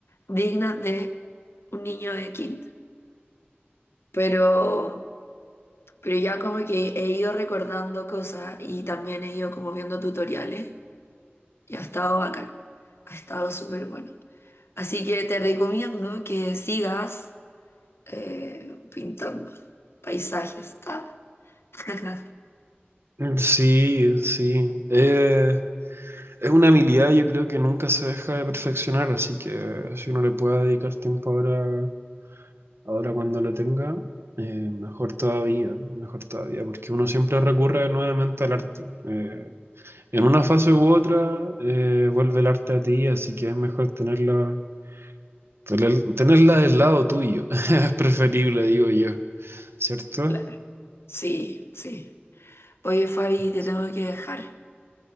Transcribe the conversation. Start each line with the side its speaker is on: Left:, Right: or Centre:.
Left: dignas de un niño de kinder. Pero, pero ya como que he ido recordando cosas y también he ido como viendo tutoriales y ha estado bacán, ha estado súper bueno. Así que te recomiendo que sigas eh, pintando paisajes. Ah. <laughs>
Right: Sí, sí. Eh, es una habilidad yo creo que nunca se deja de perfeccionar, así que si uno le puede dedicar tiempo ahora Ahora cuando lo tenga, eh, mejor todavía, mejor todavía, porque uno siempre recurre nuevamente al arte. Eh, en una fase u otra, eh, vuelve el arte a ti, así que es mejor tenerla, tener- tenerla del lado tuyo. <laughs> Es preferible, digo yo, ¿cierto?
Left: Claro. Sí, sí. Oye, Fabi, te
Right: Sí.
Left: tengo que dejar.